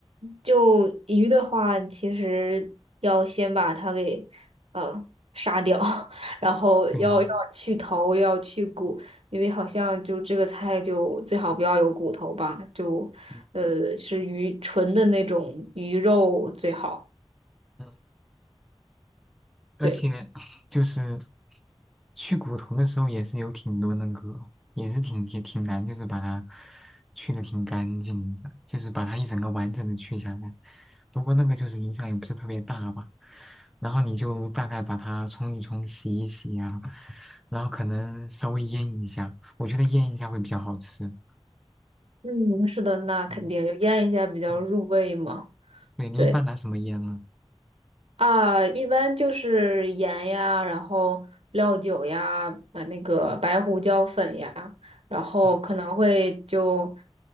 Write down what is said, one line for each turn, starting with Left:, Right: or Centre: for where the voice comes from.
Right: 就鱼的话，其实要先把它给呃杀掉，<laughs> 然后要要去头，
Centre: 对。
Right: 要去骨，因为好像就这个菜就最好不要有骨头吧，就呃是鱼纯的那种鱼肉最好。
Centre: 嗯嗯而且就是
Right: 对，
Centre: 去骨头的时候也是有挺多那个，也是挺也挺难，就是把它去的挺干净的，就是把它一整个完整的去下来。不过那个就是影响也不是特别大吧，然后你就大概把它冲一冲、洗一洗呀、然后可能稍微腌一下，我觉得腌一下会比较好吃。
Right: 嗯，是的，那肯定就腌一下比较入味嘛。
Centre: 嗯嗯对，你一般拿什么腌呢？
Right: 对。啊，一般就是盐呀，然后料酒呀，呃，那个白胡椒粉呀，然后可能会就
Centre: 嗯。